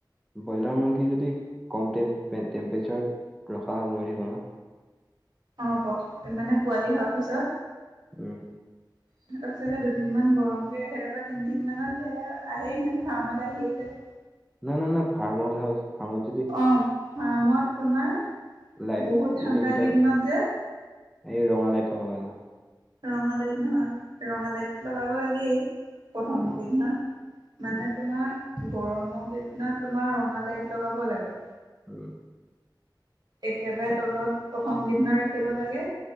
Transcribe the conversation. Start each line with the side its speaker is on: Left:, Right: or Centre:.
Centre: ব্ৰইলাৰ মুৰ্গী যদি কম টেম্পৰেচাৰত ৰখা হয় মৰি থাকিব ন'?
Right: অ' পত মানে পোৱালি হোৱাৰ পিছত
Centre: উম।
Right: সিহঁত চাগে দুদিনমান গৰম কে সেইয়াই তিনিদিনমানত সেয়া আহে সিহঁত ফাৰ্মলৈ আহিয়ে যায়
Centre: নাই- নাই -নাই ফাৰ্মৰ কথা কৈছো ফাৰ্মাৰ
Right: অঁ ফাৰ্মত তোমাৰ,
Centre: লাইট
Right: বহুত ঠাণ্ডা
Centre: যদি এনি টাইম
Right: কেইদিনত যে
Centre: এই ৰঙালাইট লব লাগে ন?
Right: ৰঙালাইট নহয় ৰঙালাইট লগাব লাগেই প্ৰথমমুখীৰ
Centre: উম
Right: দিনা। মানে
Centre: উম
Right: তোমাৰ গৰমকেইদিনত তোমাৰ ৰঙা লাইট লগাব লাগে।
Centre: উম
Right: একেবাৰে
Centre: তাকে
Right: তলত প্ৰথম কেইদিনা ৰাখিব লাগে।